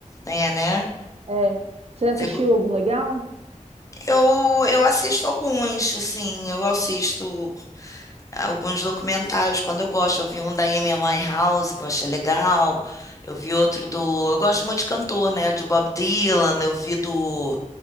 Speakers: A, on the left; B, on the right.
A: É, né?
B: É. Você assistiu
A: Segu-
B: algum legal?
A: Eu, eu assisto alguns, assim, eu assisto alguns documentários quando eu gosto. Eu vi um da Amy House que eu achei legal. Eu vi outro do. Eu gosto muito de cantor, né? De Bob Dylan, eu vi do